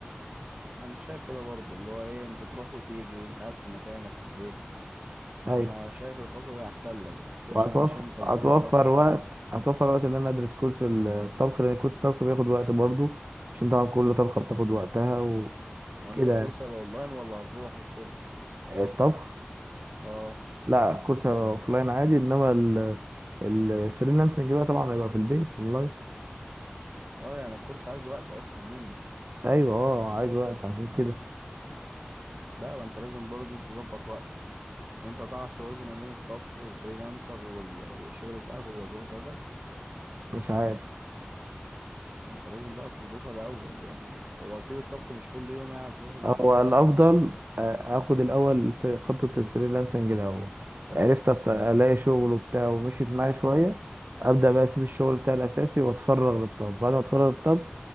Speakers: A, on the right (about 35°); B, on the right (about 55°).
A: انا شايف كده برضو اللي هو ايه مش هتروح وتيجي وانت قاعد في مكانك في البيت
B: ايوه
A: فانا شايف الخطوه دي احسن لك خصوصا
B: وهتوفر
A: عشان عشان انت
B: هتوفر
A: تخلص وقتك
B: وقت هتوفر وقت ان انا ادرس كورس الطبخ لان كورس الطبخ بياخد وقت برضه عشان طبعا كل طبخه بتاخد وقتها وكده
A: وانت الكورس هيبقى اونلاين ولا هتروح الكورس
B: الطبخ
A: اه
B: لا كورس اوفلاين عادي انما ال- الفريلانسنج بقى طبعا هيبقى في البيت اونلاين
A: اه يعني الكورس عايز وقت اصلا منك
B: ايوه اه عايز وقت عشان كده
A: ده وانت لازم برضو تظبط وقتك وانت هتعرف توازن ما بين الطبخ والفريلانسر وال... والشغل بتاعك والوظيفه بتاعتك
B: مش عارف
A: انت لازم بقى تظبطها الاول يعني هو اكيد الطبخ مش كل يوم يعني هتروح
B: هو الافضل آه، اخد الاول في خطه الفريلانسنج الاول عرفت أست- الاقي شغل وبتاع ومشيت معايا شويه ابدا بقى اسيب الشغل بتاعي الاساسي واتفرغ للطبخ بعد ما اتفرغ للطبخ